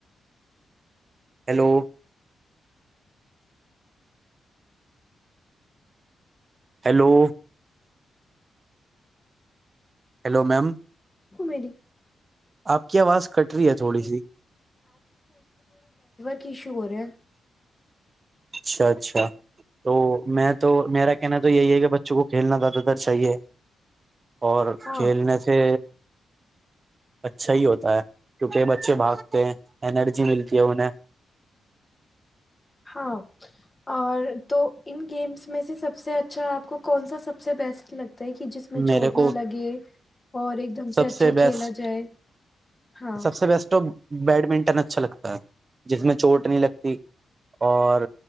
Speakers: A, on the right; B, on the left.
A: ہیلو ہیلو ہیلو میم
B: <inaudible>
A: آپ کی آواز کٹ رہی ہے تھوڑی سی
B: کشور ہے
A: اچھا اچھا تو میں تو میرا کہنا تو یہی ہے کہ بچوں کو کھیلنا زیادہ تر چاہیے اور
B: ہاں
A: کھیلنے سے اچھا ہی ہوتا ہے کیونکہ بچے بھاگتے ہیں انرجی ملتی ہے انہیں
B: ہاں اور تو ان گیمس میں سے سب سے اچھا آپ کو کون سا سب سے بیسٹ لگتا کہ جس میں
A: میرے
B: چوٹ نہ
A: کو
B: لگے اور ایک دم
A: سب
B: سے اچھا
A: بیسٹ
B: کھیلا جائے ہاں
A: سب سے بیسٹ تو بیڈمنٹن اچھا لگتا ہے جس میں چوٹ نہیں لگتی اور